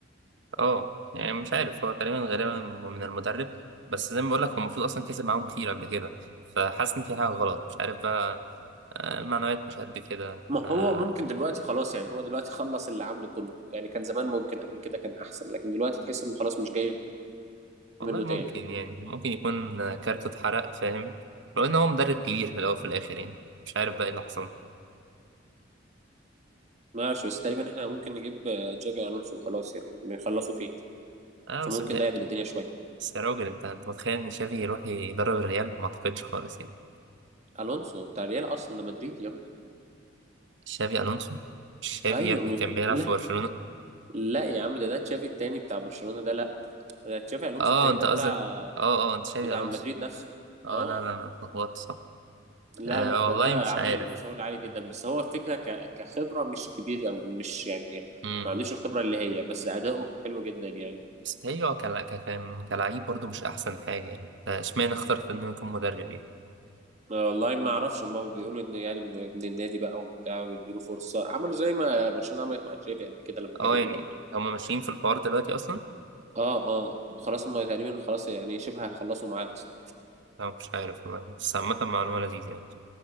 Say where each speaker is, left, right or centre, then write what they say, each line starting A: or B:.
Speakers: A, on the right (about 65°); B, on the right (about 35°).
A: اه يعني مش عارف هو تقريبا غالبا من المدرب بس زي ما بقول لك هو المفروض اصلا كسب معاهم كتير قبل كده فحاسس ان في حاجة غلط مش عارف بقى آه، المعنويات مش قد كده
B: ما
A: آه،
B: هو ممكن دلوقتي خلاص يعني هو دلوقتي خلص اللي عنده كله يعني كان زمان ممكن قبل كده كان احسن لكن دلوقتي تحس ان خلاص مش جاي
A: والله
B: منه
A: ممكن
B: تاني
A: يعني ممكن يكون آه، كارته اتحرق فاهم لو ان هو مدرب كبير في الاول وفي الاخر يعني مش عارف بقى ايه اللي حصل
B: ما اعرفش بس تقريبا احنا ممكن نجيب آه، جافي الونسو وخلاص يعني بنخلصوا فيه
A: اه
B: فممكن
A: بس متهيألي
B: ده يعدل الدنيا شويه
A: بس يا راجل انت انت متخيل ان شافي يروح يدرب الريال ما اعتقدش خالص يعني
B: الونسو بتاع الريال اصلا ده مدريد يا ابني
A: شافي الونسو شافي
B: ايوه
A: يا ابني
B: م...
A: كان بيلعب
B: لا
A: في برشلونة
B: لا يا عم ده ده تشافي التاني بتاع برشلونه ده لا ده تشافي الونسو
A: اه
B: التاني
A: انت
B: ده
A: قصدك
B: بتاع
A: اه اه انت شافي
B: بتاع
A: الونسو
B: مدريد نفسه
A: اه
B: اه
A: لا لا أنا اتلخبطت صح
B: لا
A: آه
B: لا ده
A: والله
B: ده
A: مش
B: عامل
A: عارف
B: شغل عالي جدا بس هو الفكره ك... كخبره مش كبير او مش يعني
A: امم
B: ما عندوش الخبره اللي هي بس اداؤه حلو جدا يعني
A: بس هي هو كلا- ك- كان كلاعب برضه مش احسن حاجة يعني آه، اشمعنى اخترت انه يكون مدرب يعني
B: أنا والله ما اعرفش هما بيقولوا ان يعني من ابن النادي بقى وبتاع ويديله فرصه عملوا زي ما برشلونه عملت مع جافي قبل كده لما جابته
A: اه يعني
B: برضه
A: هما ماشيين في الحوار دلوقتي اصلا
B: اه اه خلاص هما تقريبا خلاص يعني شبه هيخلصوا معاه اصلا
A: انا مش عارف والله بس عامة معلومة لذيذة يعني